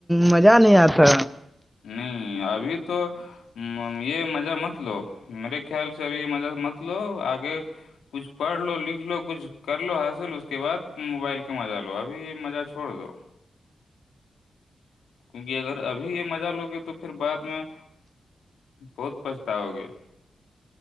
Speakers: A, in the centre; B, on the left.
A: مزہ نہیں آتا
B: نہیں ابھی تو <unintelligible> یہ مزہ مت لو میرے خیال سے اب یہ مزہ مت لو آگے کچھ پڑھ لو لکھ لو کچھ کر لو حاصل اس کے بعد موبائل کا مزہ لو ابھی یہ مزہ چھوڑ دو کیونکہ اگر ابھی یہ مزہ لوگے تو پھر بعد میں بہت پچھتاؤ گے